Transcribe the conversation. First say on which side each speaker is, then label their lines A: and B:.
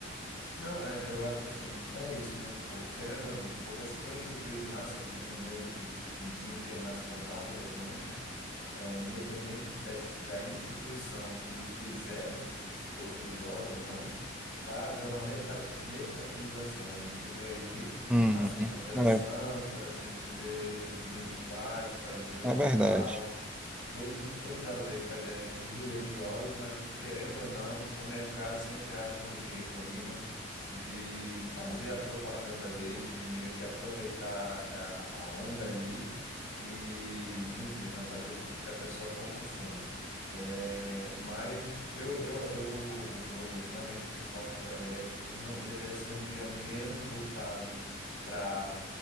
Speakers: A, on the left; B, in the centre.
A: Não, é, eu acho assim, é isso, né? Tipo, querendo ou não, porque se foi instituído nacio- um, um meio que um dia internacional para as mães, é, independente da, ins- da instituição que fizer, né, se for religiosa ou não, vai haver uma mercati- mercantilização, né? A gente vê aí <laughs>
B: Uhum.
A: a Sexta-feira
B: É,
A: Santa, a gente vê o Domingo de Páscoa, a gente vê o
B: é
A: Natal
B: verdade.
A: todas, todas elas aí com ideias religiosas, mas que, querendo ou não, o mercado sempre acha um jeito ali, né, de fazer a propaganda dele, de meio que aproveitar a a onda ali e, enfim, né, fazer com que a pessoa consuma. É, mas eu, eu, eu, eu realmente concordo com a ideia de que não deveria ser um dia menos voltado para